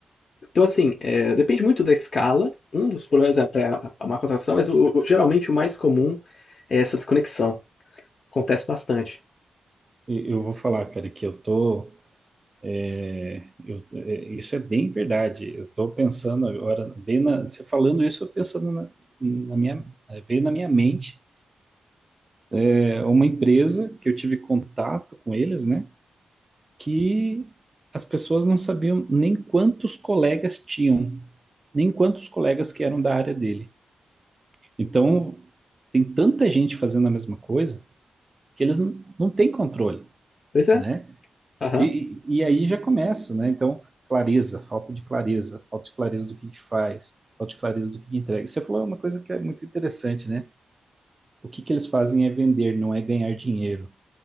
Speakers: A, on the left; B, on the right.
A: Então, assim, é, depende muito da escala. Um dos problemas é até a a má contratação, mas o- o- geralmente o mais comum é essa desconexão. Acontece bastante.
B: E- Eu vou falar, cara, que eu tô. É, Eu- é, isso é bem verdade. Eu estou pensando agora, bem na- você falando isso, eu pensando na, na minha, eh, veio na minha mente é, uma empresa que eu tive contato com eles, né? Que as pessoas não sabiam nem quantos colegas tinham, nem quantos colegas que eram da área dele. Então, tem tanta gente fazendo a mesma coisa que eles não, não têm controle,
A: Pois é.
B: né?
A: Aham.
B: E, e e aí já começa, né? Então, clareza, falta de clareza, falta de clareza do que que faz, falta de clareza do que que entrega. Você falou uma coisa que é muito interessante, né? O que que eles fazem é vender, não é ganhar dinheiro.